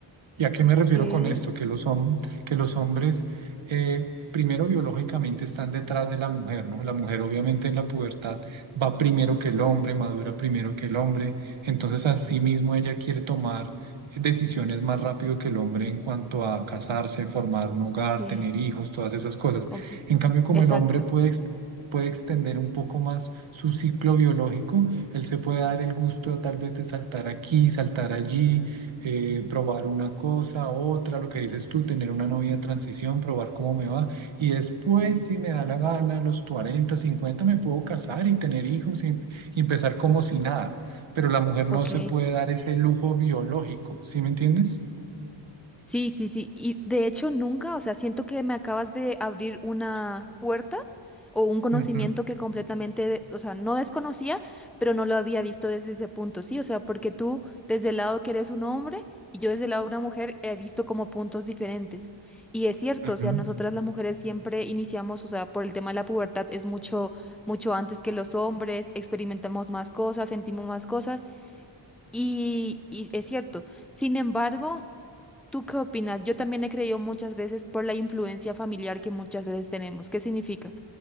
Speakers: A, on the right; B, in the centre.
A: ¿Y a qué me refiero
B: ok,
A: con esto? Que los, hom- que los hombres, eh, primero biológicamente, están detrás de la mujer, ¿no? La mujer obviamente en la pubertad va primero que el hombre, madura primero que el hombre, entonces así mismo ella quiere tomar decisiones más rápido que el hombre en cuanto a casarse, formar un hogar,
B: Sí,
A: tener hijos, todas esas cosas.
B: Completo.
A: En cambio, como
B: Exacto.
A: el hombre puede, ex- puede extender un poco más su ciclo biológico, él se puede dar el gusto tal vez de saltar aquí, saltar allí eh, probar una cosa, otra, lo que dices tú, tener una novia de transición, probar cómo me va. Y después, si me da la gana, a los 40 50 me puedo casar y tener hijos y, y empezar como si nada. Pero la mujer no
B: ok.
A: se puede dar ese lujo biológico, ¿sí me entiendes?
B: Sí, sí, sí. Y de hecho nunca, o sea, siento que me acabas de abrir una puerta o un conocimiento
A: Ujú,
B: que completamente, o sea, no desconocía, pero no lo había visto desde ese punto, sí, o sea, porque tú desde el lado que eres un hombre y yo desde el lado de una mujer he visto como puntos diferentes. Y es cierto,
A: ujú.
B: o sea, nosotras las mujeres siempre iniciamos, o sea, por el tema de la pubertad es mucho, mucho antes que los hombres, experimentamos más cosas, sentimos más cosas y, y es cierto. Sin embargo, ¿Tú qué opinas? Yo también he creído muchas veces por la influencia familiar que muchas veces tenemos. ¿Qué significa?